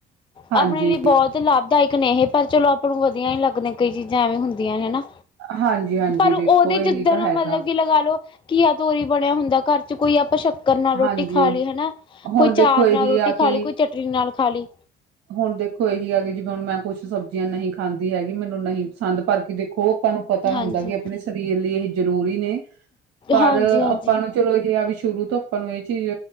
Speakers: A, on the right; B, on the left.
A: ਹਾਂਜੀ
B: ਆਪਣੇ ਲਈ ਬੋਤ ਲਾਭਦਾਇਕ ਨੇ ਇਹ। ਪਰ ਚਲੋ ਆਪਾਂ ਨੂੰ ਵਧੀਆ ਨੀ ਲੱਗਦੀਆਂ ਕਈ ਚੀਜ਼ਾਂ ਐਵੇਂ ਹੁੰਦੀਆਂ ਨੇ ਹਨਾ।
A: ਹਾਂਜੀ ਹਾਂਜੀ
B: ਪਰ
A: ਦੇਖੋ
B: ਓਦੇ
A: ਇਹੀ
B: ਜਿੱਦਨ
A: ਤਾਂ ਹੈਗਾ
B: ਮਤਲਬ ਕਿ ਲਗਾ ਲੋ - ਘੀਆ ਤੋਰੀ ਬਣਿਆ ਹੁੰਦਾ ਘਰ ਚ ਕੋਈ ਆਪਾਂ ਸ਼ੱਕ- ਰ ਨਾਲ ਰੋਟੀ
A: ਹਾਂਜੀ
B: ਖਾ ਲੀ ਹਨਾ।
A: ਹੁਣ
B: ਕੋਈ
A: ਦੇਖੋ
B: ਚਾਰ
A: ਇਹੀ
B: ਨਾਲ ਰੋਟੀ
A: ਆ
B: ਖਾ
A: ਕਿ
B: ਲੀ, ਕੋਈ ਚਟਨੀ ਨਾਲ ਖਾ ਲੀ।
A: ਹੁਣ ਦੇਖੋ ਏਹੀ ਆ ਕਿ ਜਿਵੇਂ ਹੁਣ ਮੈਂ ਕੁਛ ਸਬਜ਼ੀਆਂ ਨਹੀਂ ਖਾਂਦੀ ਹੈਗੀ। ਮੈਨੂੰ ਨਹੀਂ ਪਸੰਦ, ਪਰ ਕਿ ਦੇਖੋ- ਆਪਾਂ ਨੂੰ ਪਤਾ
B: ਹਾਂਜੀ।
A: ਹੁੰਦਾ ਕਿ ਆਪਣੇ ਸਰੀਰ ਲਈ ਇਹ ਜ਼ਰੂਰੀ ਨੇ। ਪਰ
B: ਹਾਂਜੀ ਹਾਂਜੀ ਹਾਂਜੀ
A: ਆਪਾਂ ਨੂੰ ਚਲੋ ਇਹ ਆ ਵੀ ਸ਼ੁਰੂ ਤੋਂ ਆਪਾਂ ਨੂੰ ਇਹ ਚੀਜ਼